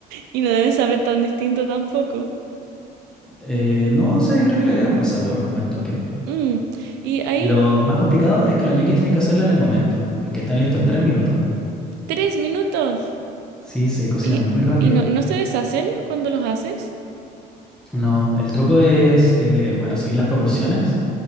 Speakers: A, on the right; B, in the centre.
A: Y no debe saber tan distinto tampoco.
B: Eh, no sé, yo creo que le agrega un buen sabor, un buen toque.
A: Mm, Y ahí,
B: Lo más complicado es que los ñoquis
A: ujú,
B: tienes que hacerlo en el momento, porque están listos en tres minutos.
A: tres minutos.
B: Sí, se cocinan
A: Y,
B: muy rápido.
A: y no, ¿no se deshacen cuando los haces?
B: No, el truco es, eh, bueno, seguir las proporciones